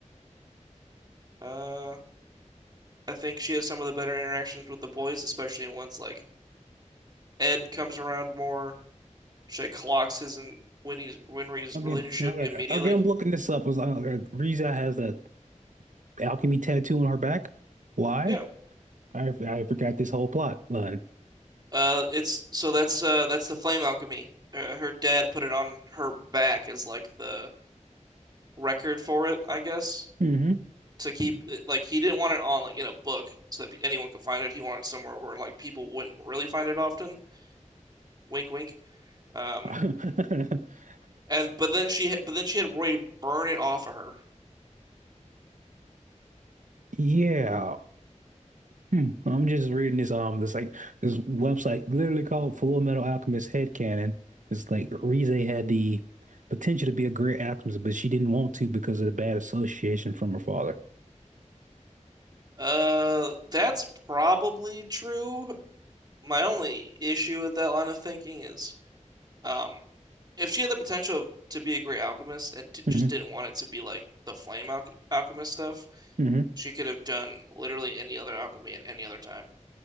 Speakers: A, on the right; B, on the right.
A: Uh, I think she has some of the better interactions with the boys, especially once like Ed comes around more. She like, clocks his and Winnie's Winry's
B: Okay,
A: relationship
B: okay,
A: immediately.
B: okay. I'm looking this up. It's like, uh, Riza has that alchemy tattoo on her back. Why?
A: Yeah.
B: I I forgot this whole plot line.
A: Uh, it's so that's uh that's the flame alchemy. Uh, her dad put it on her back as like the record for it, I guess,
B: hmm
A: to keep uh, like he didn't want it on like in a book so that anyone could find it. He wanted somewhere where like people wouldn't really find it often. Wink, wink. Um,
B: <laughs>
A: and but then she but then she had Roy burn it off of her
B: Yeah. Hmm. Well, I'm just reading this um this like this website literally called Full Metal Alchemist Headcanon. It's like Rize had the potential to be a great alchemist, but she didn't want to because of the bad association from her father.
A: Uh, that's probably true. My only issue with that line of thinking is, um, if she had the potential to be a great alchemist and t just
B: hmm
A: didn't want it to be like the flame alch alchemist stuff,
B: hmm
A: she could have done literally any other alchemy at any other time.